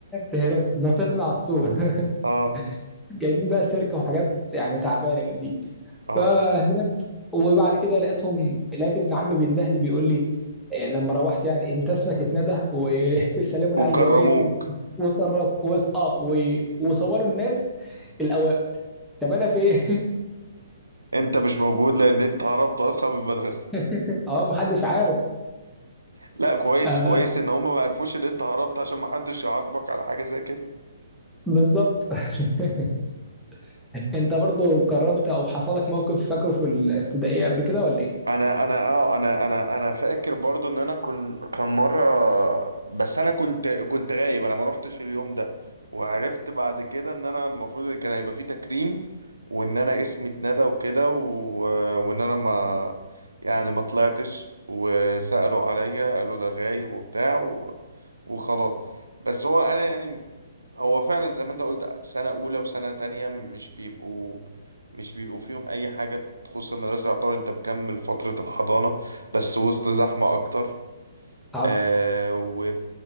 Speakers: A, in the centre; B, on the right.
A: هرات نطيت من على السور
B: اه
A: <laughs> جايبين بقى سيرك وحاجات يعني تعبانه من دي
B: اه
A: فهربت وبعد كده لقيتهم لقيت ابن عمي بينده لي بيقول لي إيه، لما روحت يعني انت اسمك اتندى وسلموا
B: وكرموك
A: <laughs> لي على الجوايد وصرف وص... اه و... وصوروا الناس الاوائل طب انا فين؟
B: انت مش موجود لان انت هربت اصلا من المدرسة
A: <laughs> اه محدش عارف
B: لا كويس
A: آه
B: كويس ان هم ما عرفوش ان انت هربت عشان ما حدش يعاقبك على حاجة زي كده
A: بالظبط <laughs> انت برضو كرمت او حصلك موقف فاكره في الابتدائيه قبل كده ولا ايه؟
B: انا انا اه انا انا انا فاكر برضو ان انا كن كان مره بس انا كنت كنت غايب انا ما روحتش اليوم ده وعرفت بعد كده ان انا المفروض ان كان هيبقى فيه تكريم وان انا اسمي اتندى وكده و... وان انا ما يعني ما طلعتش وسألوا عليا قالوا ده غايب وبتاع و... وخلاص بس هو انا يعني هو فعلا زي ما انت قلت سنة أولى وسنة تانية مش بيبقوا مش بيبقوا فيهم أي حاجة تخص المدرسة يعتبر أنت مكمل فترة الحضانة بس وسط زحمة أكتر
A: حصل
B: آه و...